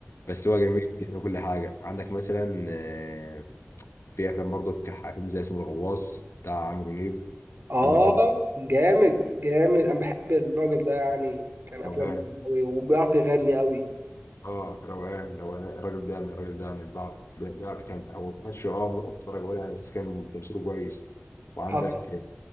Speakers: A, on the left; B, on the right.
A: بس هو جميل جميل كل حاجه عندك مثلا آه، في افلام برضه ك- فيلم زي اسمه الغواص بتاع عامر منيب
B: اه
A: الفيلم ده برضه
B: جامد جامد انا بحب الراجل ده يعني كان افلامه
A: روقان
B: حلوة قوي وبيعرف يغني قوي
A: اه روقان روقان الراجل ده يعني الراجل ده يعني بيع- بيع- كان هو ما كانش اه درجه ولا يعني بس كان تمثيله كويس وعندك
B: حصل